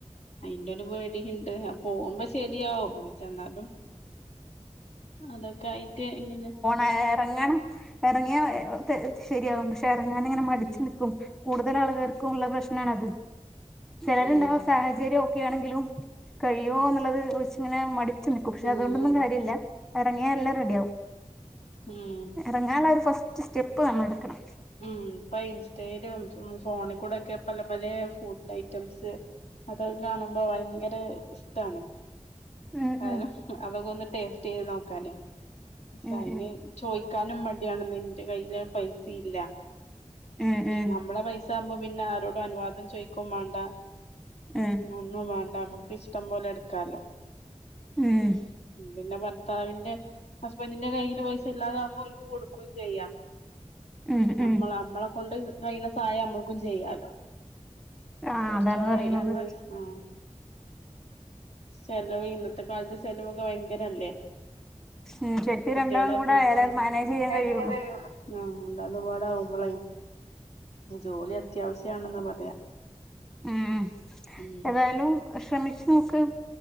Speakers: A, on the left; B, in the centre.
A: അയിന്റ ഒരു പേടിയുണ്ട്. ആ പോമ്പോ ശരിയാവും. പക്ഷെ എന്നാലും. അതെ ക്കായിറ്റ് എങ്ങനെ?
B: ആ എറങ്ങണം. എറങ്ങിയാ ശരിയാകും. പക്ഷെ എറങ്ങാനിങ്ങനെ മടിച്ചു
A: ഉം
B: നിക്കും. കൂടുതൽ ആളുകാർക്കു ഉള്ളാെരു പ്രശ്നണത്. ചെലരുണ്ടാവും
A: ഉം
B: സാഹചരോം. ഒക്കയാണെങ്കിലും കഴിയോ എന്നുള്ളത് വച്ചിങ്ങനെ മടിച്ചു നിക്കും. പക്ഷെ
A: ഉം
B: അതുകൊണ്ടൊന്നും
A: ഉം
B: കാര്യല്ല. ഇറങ്ങിയാൽ എല്ലാം റെഡിയാവും.
A: ഉം
B: ഇറങ്ങാനൊള്ളൊരു ഫസ്റ്റ് സ്റ്റെപ്പ് നമ്മെളെടുക്കണം.
A: ഉം ഇപ്പൊ ഇൻസ്റ്റയിലും ഫോണിൽ കൂടെക്കെ പല പല ഫുഡ് ഐ റ്റംസ്. അതൊക്കെ കാണുമ്പോ ഭയങ്കര ഇഷ്ടാണ്.
B: ഉം
A: കാരം
B: ഉം
A: അതൊക്കെ ഒന്ന് ടേസ്റ്റ് ചെയ്ത് നോക്കാന്. പക്ഷെ
B: ഉം
A: അതിന് ചോയിക്കാനും മടിയാണ് മി എന്റെ കയ്യിലാ ങ്കിപൈസ ഇല്ല.
B: ഉം ഉം
A: നമ്മളെ പൈസറ്റ് അതാവുമ്പോ പിന്നെ ആരോടും അനുവാദം ചോയിക്കും വേണ്ടാ.
B: ഉം
A: ഒന്നും വേണ്ടാ നമ്മക്ക്. ഇഷ്ടം പോലെ എടുക്കാലോ.
B: ഉം
A: പിന്നെ ഭർത്താവിന്റെ, ഹസ്ബൻഡിന്റെ കയ്യില് പൈസയില്ലാതാമ്പോ ഓല്ക്ക് കൊടുക്കും ചെയ്യാ
B: ഉം ഉം
A: നമ്മെള്
B: ഉം
A: നമ്മെളെ കൊണ്ട് കഴിയണ സഹായം നമ്മെക്കും ചെയ്യാലോ.
B: ആഹ്
A: കൊറെച്ചെക്കായി
B: അതാണ് പറയുന്നത്
A: നമ്മെ <unintelligible> ളെ സ്നാ. ചെലവേ. ഇന്നത്തെ കാലത്ത് ചെലവ് ഒക്കെ ഭയങ്ക അങ്ങനല്ലേ.
B: ഉം ശരിക്കും
A: കുട്ടികളെ
B: രണ്ടാളും കൂടെ
A: ഫീസും
B: ആയാലേ മാനേജ് ചെയ്യാൻ
A: ആഹ്
B: കഴിയുള്ളൂ
A: അല്ലാത് പാടാമ്പളെ ജോലി അത്യാവശ്യാണെന്ന് പറയാ.
B: ഉം
A: ഉം
B: ഏതായാലും ശ്രമിച്ച് നോക്ക്.